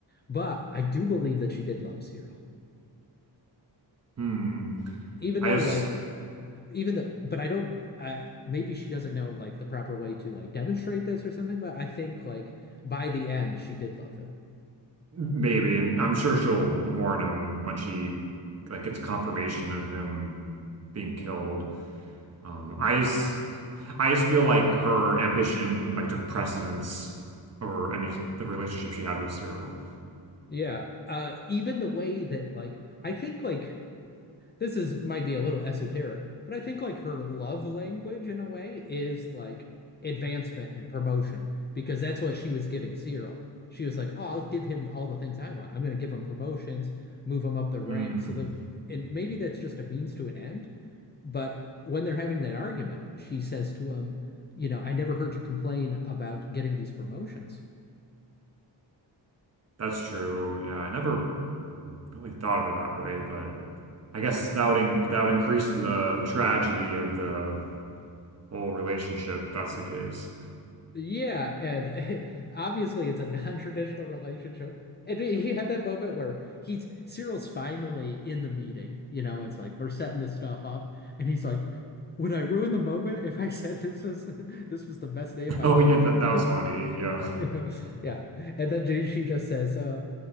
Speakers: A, on the left; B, on the right.
A: But I do believe that she did love Cyril
B: hmm.
A: even
B: I
A: though
B: just
A: like even though, but I don't uh maybe she doesn't know like the proper way to like demonstrate this or something, but I think like by the end she did love him.
B: maybe, and I'm sure she'll mourn him when she like gets confirmation of him being killed. Um,
A: Hmm.
B: I just I just feel like her ambition like took precedence over any
A: Oh.
B: the relationship she had with Cyril.
A: Yeah. Uh even the way that like I think like this is might be a little esoteric, but I think like her love language in a way is like advancement and promotion because that's what she was giving Cyril. She was like, "Oh, I'll give him all the things I want. I'm going to give him promotions, move him up the ranks."
B: Mm,
A: So the and maybe that's just a means to an end, but when they're having that argument, she says to him, "You know, I never heard you complain about getting these promotions."
B: that's true. Yeah, I never really thought of it that way, but I guess that would in that would increase the tragedy of the whole relationship if that's the case.
A: Yeah, and <laughs> obviously it's a non-traditional relationship. And you have that moment where he's Cyril's finally in the meeting. You know, it's like we're setting this stuff up, and he's like, "Would I ruin the moment if I said this was <laughs> this was the best
B: <laughs>
A: day of my
B: Oh
A: life?"
B: yeah, that that
A: <laughs>
B: was funny. Yeah,
A: You know, yeah. And then she she just says, "Uh,